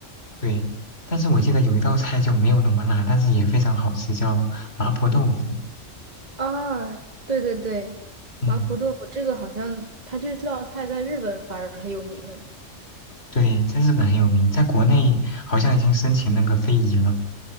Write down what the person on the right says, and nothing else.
啊，对对对，
麻婆豆腐这个好像它这这道菜在日本反而很有名哎